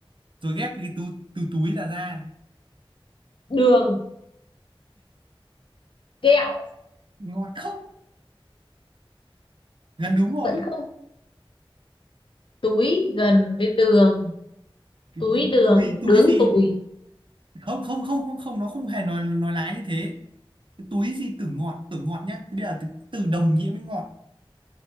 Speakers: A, on the right; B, on the left.
A: rồi ghép cái từ từ túi là ra
B: đường kẹo
A: ngọt không gần đúng rồi
B: Vẫn không. Túi gần với đường.
A: cái
B: Túi
A: túi
B: đường,
A: túi, túi
B: đướng
A: gì
B: tùi.
A: không không không không không nó không hề nói nói lái như thế cái túi gì từ ngọt từ ngọt nhá thế bây giờ từ, từ đồng nghĩa với ngọt